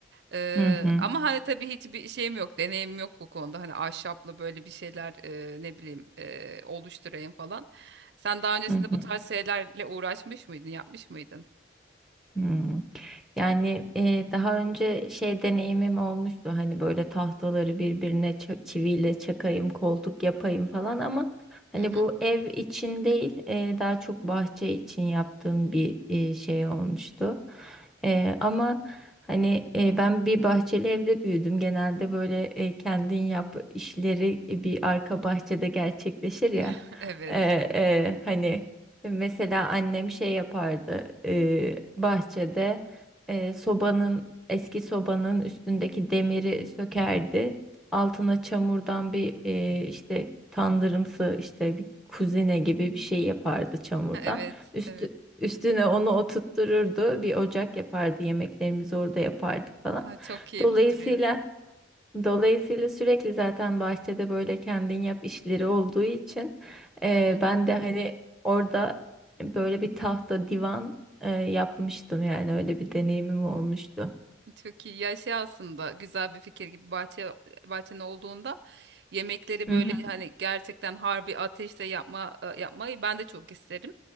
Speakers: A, on the right; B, in the centre.
A: Eee,
B: hı hı,
A: ama hani tabii hiçbir şeyim yok, deneyimim yok bu konuda. Hani ahşapla böyle bir şeyler eee, ne bileyim eee, oluşturayım falan. Sen daha öncesinde
B: hı hı,
A: bu tarz şeylerle uğraşmış mıydın, yapmış mıydın?
B: hı. Yani e, daha önce şey deneyimim olmuştu hani böyle tahtaları birbirine ça- çiviyle çakayım, koltuk yapayım falan ama hani
A: Hı hı.
B: bu ev için değil e, daha çok bahçe için yaptığım bir e, şey olmuştu. E, ama hani e, ben bir bahçeli evde büyüdüm. Genelde böyle e, kendin yap işleri bir arka bahçede gerçekleşir ya.
A: <laughs> Evet.
B: E, e, hani mesela annem şey yapardı e, bahçede e, sobanın eski sobanın üstündeki demiri sökerdi. Altına çamurdan bir e, işte tandırımsı işte bir kuzine gibi bir şey yapardı çamurdan.
A: <laughs> Evet,
B: Üstü,
A: evet.
B: üstüne onu oturttururdu. Bir ocak yapardı. Yemeklerimizi orada yapardık falan.
A: Aa, çok keyifli
B: Dolayısıyla
A: duruyor.
B: Dolayısıyla sürekli zaten bahçede böyle kendin yap işleri olduğu için eee,
A: Hı
B: ben de hani orada böyle bir tahta divan eee, yapmıştım yani öyle bir deneyimim olmuştu.
A: hı, çok iyi. Ya şey aslında güzel bir fikir gibi bahçe bahçen olduğunda yemekleri
B: Hı
A: böyle
B: hı,
A: hani gerçekten harbi ateşte yapma e, yapmayı ben de çok isterim.